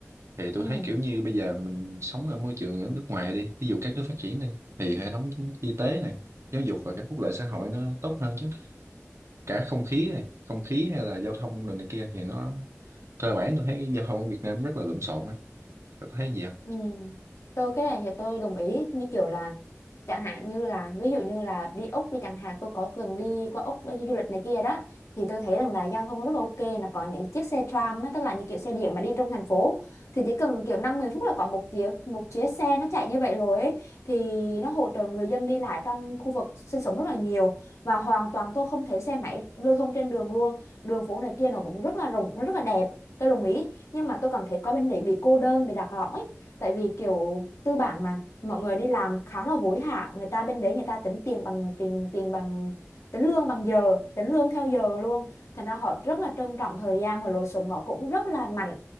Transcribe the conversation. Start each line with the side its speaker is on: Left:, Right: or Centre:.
Right: thì tôi
Left: ừ
Right: thấy kiểu như bây giờ mình sống ở môi trường ở nước ngoài đi ví dụ các nước phát triển đi thì hệ thống y tế này giáo dục và các phúc lợi xã hội nó tốt hơn chứ cả không khí này không khí hay là giao thông rồi này kia thì nó cơ bản tôi thấy giao thông ở Việt Nam rất là lộn xộn ấy Bạn có thấy gì không
Left: Ừ. Tôi cái này thì tôi đồng ý như kiểu là chẳng hạn như là ví dụ như là đi Úc đi chẳng hạn tôi có từng đi qua Úc đi du lịch này kia đó thì tôi thấy rằng là giao thông rất là ok là có những chiếc xe tram á, tức là những kiểu xe điện mà đi trong thành phố thì chỉ cần kiểu năm mười phút là có một chiếc một chiếc xe nó chạy như vậy rồi ấy thì nó hỗ trợ người dân đi lại trong khu vực sinh sống rất là nhiều và hoàn toàn tôi không thấy xe máy lưu thông trên đường luôn đường phố này kia nó cũng rất là rộng nó rất là đẹp tôi đồng ý nhưng mà tôi cảm thấy qua bên đấy bị cô đơn bị lạc lõng ấy tại vì kiểu tư bản mà mọi người đi làm khá là hối hả người ta bên đấy người ta tính tiền bằng tiền tiền bằng tính lương bằng giờ tính lương theo giờ luôn thành ra họ rất là trân trọng thời gian và lối sống nó cũng rất là mạnh